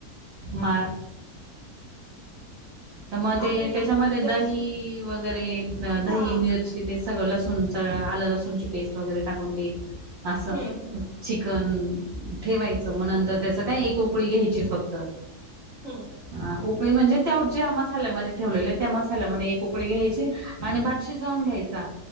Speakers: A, on the right; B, on the left.
A: मा तर मग ते
B: आम्ही
A: त्याच्यामध्ये
B: जास्त
A: दही वगैरे दही
B: हा
A: मिरची तिथे सगळं लसूणचं आलं लसूणची पेस्ट वगैरे टाकून ते असं
B: हम्म हम्म
A: चिकन ठेवायचं मग नंतर त्याचं काय एक उकळी घ्यायची फक्त
B: हम्म
A: ह उकळी म्हणजे त्या ज्या मसाल्यामध्ये ठेवलेले त्या मसाल्यामध्ये एक उकळी घ्यायची आणि भात शिजवून घ्यायचा